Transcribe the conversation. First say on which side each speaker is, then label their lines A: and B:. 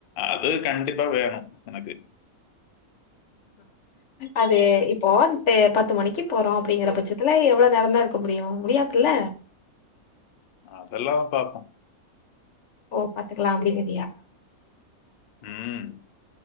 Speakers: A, on the left (about 75°); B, on the left (about 55°).
A: அது கண்டிப்பா வேணு எனக்கு
B: அது இப்போண்ட்டு பத்து மணிக்கு போறோ அப்பிடிங்கிற பட்சத்துல எவ்ளோ நேரோதா இருக்க முடியு முடியாதுல்ல
A: அதெல்லா பாப்போம்
B: ஓ பாத்துக்கலாம் அப்டின்னு
A: ம்